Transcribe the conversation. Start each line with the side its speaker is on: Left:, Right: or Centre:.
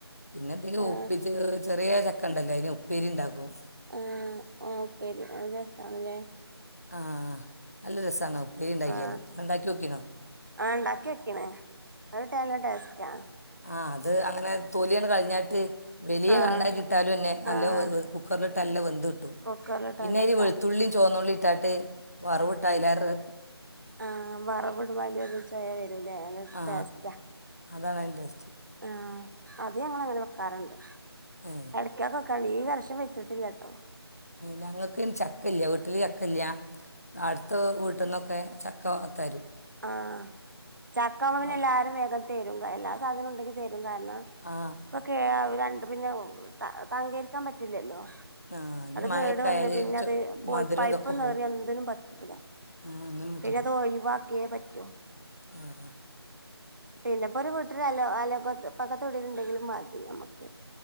Left: പിന്നെ എന്തേലും
Right: ആ
Left: ഒപ്പിച്ച് ചെറിയ ചക്കണ്ടല്ലോ അയിന് ഉപ്പേരിണ്ടാക്കും
Right: ആഹ് ആഹ് ഉപ്പേരി അത് രസാണലേ
Left: ആ നല്ലരസാന്ന ഉപ്പേരിണ്ടാക്കിയാല്
Right: ആ
Left: ണ്ടാക്കി നോക്കീനോ
Right: ആ ഉണ്ടാക്കി വെക്കണേ അത് നല്ല ടേസ്റ്റാ
Left: ആഹ് അത് അങ്ങനെ തൊലിയാണ്ട് കളഞ്ഞാട്ട് വലിയ
Right: ആഹ്
Left: കണ്ടാക്കിട്ടാലുന്നെ നല്ല
Right: ആഹ്
Left: വേ കുക്കർ തല്ല വെന്ത്‌ ട്ടും
Right: കുക്കറിലിട്ട്
Left: പിന്നയില്
Right: നല്ല സാ
Left: വെളുത്തുള്ളി ചോന്നുള്ളി ഇട്ടാട്ട് വറവിട്ട അയിലേറെ
Right: ആ വെറകിടുമ്പോ അതിന്റെയൊരു ചൊവ വ രുവില്ലേ അങ്ങനെയൊരു
Left: ആ
Right: ടേസ്റ്റാ
Left: അതാണ് അതിന്റെ ടേസ്റ്റ്
Right: ആ അത് ഞങ്ങളങ്ങനെ വെക്കാറുണ്ട്
Left: ഏ
Right: അടുപ്പേ ക ക്കണ് ഈ വർഷം വെച്ചിട്ടില്ലാട്ടോ
Left: ഞങ്ങൾക്ക് ചക്ക ഇല്ല വീട്ടില് ചക്ക ഇല്ല അടുത്ത വീട്ടിൽന്നൊക്കെ ചക്കത്തരു
Right: ആഹ ചക്കവന
Left: അ-
Right: എല്ലാവാരും വേഗത്തെ എല്ലാ സാധനം ഉണ്ടെ കാരണം
Left: ആ
Right: ഒക്കെ പിന്നെ തങ്കേരിക്കാൻ പറ്റൂലല്ലോ
Left: ആ ഇനി
Right: അത്
Left: മഴയൊക്കെ
Right: കേട് വന്ന്
Left: ആയാൽ
Right: പിന്നെ
Left: ചു
Right: അത് പോയി
Left: മധുരം
Right: പഴുപ്പ്
Left: ഇതൊക്കെ
Right: ഒന്നേറിയാ
Left: പോവും
Right: ന്തിനും പറ്റൂല
Left: ആ ഒന്നിനും പറ്റില്ല
Right: പിന്നെ അത് ഒഴിവാ ക്കേ പറ്റോ
Left: ആ
Right: പിന്നെപ്പോ ഒരു വീട്ടില് അലോ അയലോ ക്കത്തൊടിലുണ്ടെങ്കിലും മതി നമ്മക്ക്